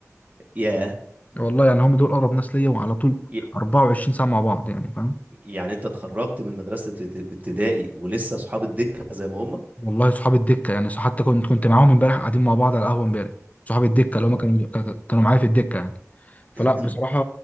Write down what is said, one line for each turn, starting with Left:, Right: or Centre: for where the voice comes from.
Right: ياه
Left: والله يعني هم دول اقرب ناس ليا وعلى طول
Right: ي-
Left: 24 ساعة مع بعض يعني فاهم
Right: يعني انت اتخرجت من مدرسه ابت- ابتدائي ولسه اصحاب الدكه زي ما هم
Left: والله صحاب الدكه يعني صح- حتى كنت كنت معاهم امبارح قاعدين مع بعض على القهوه امبارح صحاب الدكه اللي
Right: اه
Left: هم كانوا كا- كانوا معايا في الدكه يعني فلا
Right: <clears throat>
Left: بصراحه